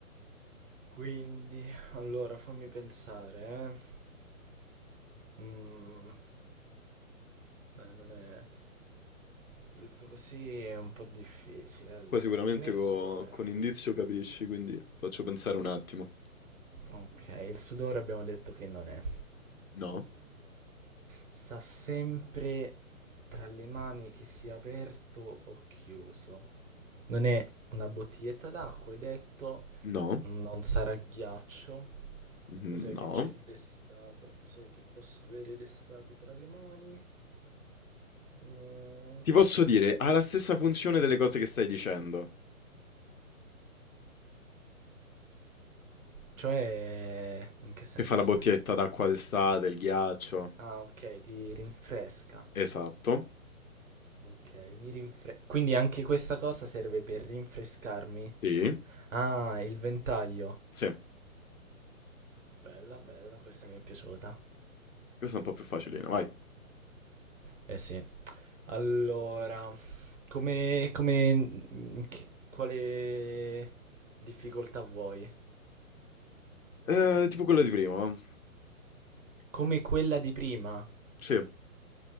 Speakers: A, on the right (about 60°); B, on the left (about 70°).
A: Quindi, allora fammi pensare, eh. Mm, eh, non è... Detto così è un po' difficile, allora.
B: Qua sicuramente
A: Non è il
B: co-
A: sudore.
B: con indizio capisci, quindi faccio pensare un attimo.
A: Ok, il sudore abbiamo detto che non è.
B: No?
A: Sta sempre tra le mani che sia aperto o chiuso. Non è una bottiglietta d'acqua, hai detto.
B: No?
A: Non sarà ghiaccio.
B: Mm,
A: Cos'è
B: No?
A: che c'è d'estate? Cos'è che posso avere d'estate tra le mani? Mm.
B: Ti posso dire, ha la stessa funzione delle cose che stai dicendo,
A: Cioè, in che senso?
B: che fa la
A: Aspetta.
B: bottiglietta d'acqua d'estate, il ghiaccio.
A: Ah, ok, ti rinfresca.
B: Esatto.
A: Ok, mi rinfre- Quindi anche questa cosa serve per rinfrescarmi.
B: Sì,
A: Ah, il ventaglio.
B: sì,
A: Bella, bella, questa mi è piaciuta.
B: questa è un po' più facilina, vai.
A: Eh sì. Allora, come, come, mm, che- quale difficoltà vuoi?
B: Eh, tipo quella di prima, va?
A: Come quella di prima?
B: Sì.